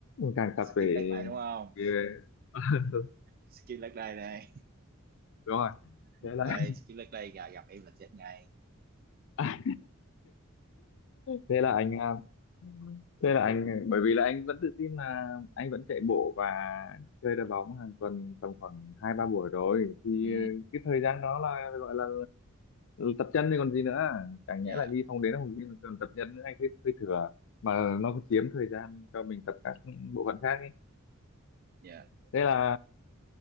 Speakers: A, on the left; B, on the right.
A: càng tập
B: À, skip
A: về
B: leg day đúng không?
A: về- <laughs>
B: Skip leg day đây.
A: đúng rồi
B: Đây,
A: thế là
B: skip leg day gặp, gặp em là chết ngay.
A: <laughs> à, thế là anh à, Thế là anh bởi vì là anh vẫn tự tin là anh vẫn chạy bộ và chơi đá bóng hàng tuần tầm khoảng hai ba buổi rồi thì
B: Ừ,
A: ừ, cái thời gian đó là gọi là tập chân thì còn gì nữa chẳng
B: dạ,
A: nhẽ là đi phòng đến phòng gym mà còn tập chân nữa anh thấy hơi thừa mà nó cũng chiếm thời gian cho mình tập các bộ phận khác ấy.
B: dạ.
A: Thế là